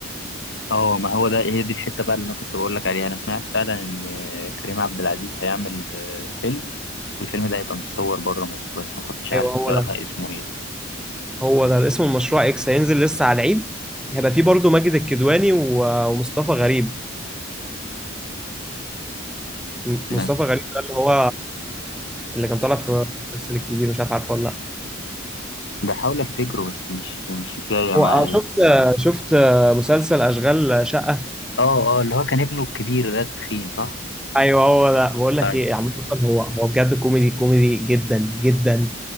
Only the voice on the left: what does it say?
اه ما هو ده هي دي الحتة بقى اللي أنا كنت بقول لك عليها أنا سمعت فعلا إن كريم عبد العزيز هيعمل فيلم والفيلم ده هيبقى مصور بره مصر بس ما كنتش عارف
الصراحة
اسمه إيه
ما-
بحاول افتكره بس مش مش جاية معايا
اه اه اللي هو كان ابنه الكبير ده التخين صح؟
ايوه